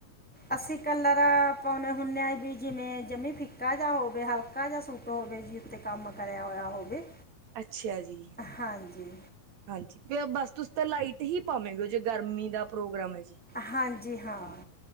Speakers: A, in the centre; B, on the right (about 75°).
A: ਅਸੀ ਕੱਲਰ ਪੌਣੇ ਹੁੰਨੇਂ ਆ, ਵੀ ਜਿਮੇਂ ਜਮੀ ਫਿੱਕਾ ਜਾ ਹੋਵੇ ਹਾਲਕਾ ਜੇਯਾ ਸੂਟ ਹੋਵੇ ਹੋਵੇ ਜੀ, ਉੱਤੇ ਕੰਮ ਕਰੇਆ ਹੋਏਆ ਹੋਬੇ
B: ਅੱਛਾ ਜੀ
A: ਹਾਂਜੀ।
B: ਹਾਂਜੀ, ਕੇ ਅ ਬਸ ਤੁਸੀ ਤਾਂ ਲਾਈਟ ਹੀ ਪੌਨੇ ਹੋ, ਜੇ ਗਰਮੀ ਦਾ ਪ੍ਰੋਗਰਾਮ ਐ ਜੀ।
A: ਹਾਂਜੀ, ਹਾਂ।